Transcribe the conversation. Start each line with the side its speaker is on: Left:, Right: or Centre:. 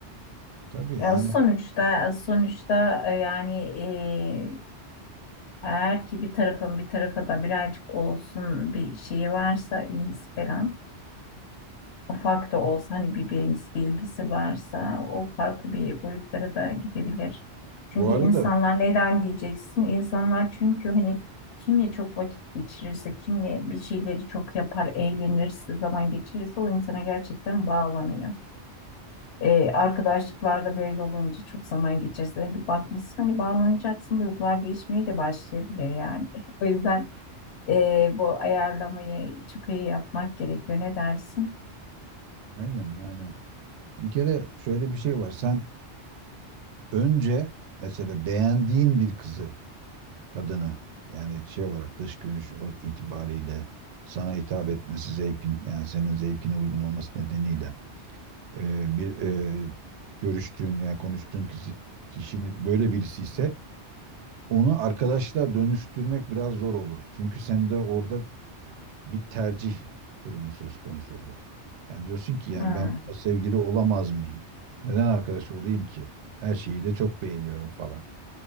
Right: Tabii
Left: Ya
Right: yani
Left: sonuçta sonuçta e, yani e, eğer ki bir tarafın bir tarafa da birazcık olsun bir şeyi varsa ilgisi falan. ufak da olsa hani bir bilgisi, varsa o farklı bir boyutlara da gidebilir. Çünkü
Right: bu
Left: insanlar
Right: arada
Left: neden diyeceksin? İnsanlar çünkü hani kimle çok vakit geçirirse, kimle bir şeyleri çok yapar, eğlenirse, zaman geçirirse o insana gerçekten bağlanıyor. Ee, arkadaşlıklarda böyle olunca çok zaman geçirse bir bakmışsın hani bağlanacaksın duygular değişmeye de başlayabilir yani. <laughs> O yüzden ee, bu ayarlamayı çok iyi yapmak gerekiyor. Ne dersin?
Right: aynen yani bir kere şöyle bir şey var. Sen önce mesela beğendiğin bir kızı, kadını yani şey olarak dış görünüş o- itibariyle sana hitap etmesi zevkin yani senin zevkine uygun olması nedeniyle e, bir e, görüştüğün yani konuştuğun kişi, kişinin böyle birisi ise onu arkadaşla dönüştürmek biraz zor olur. Çünkü sende orada bir tercih durumu söz konusu olur. Yani diyorsun ki yani
Left: Hı
Right: ben bununla sevgili olamaz mıyım? Neden arkadaş olayım ki? Her şeyi de çok beğeniyorum falan.